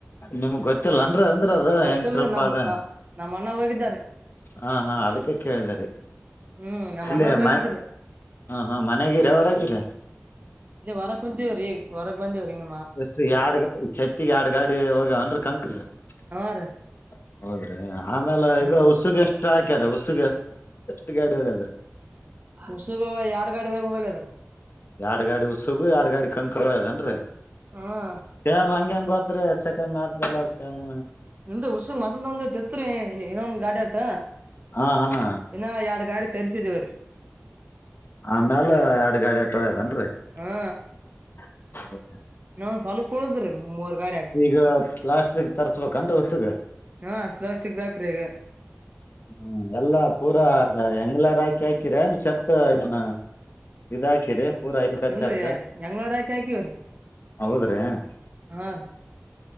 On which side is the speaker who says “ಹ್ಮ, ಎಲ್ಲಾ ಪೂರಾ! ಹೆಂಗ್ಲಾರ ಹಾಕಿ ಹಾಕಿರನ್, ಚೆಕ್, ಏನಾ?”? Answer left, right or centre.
Left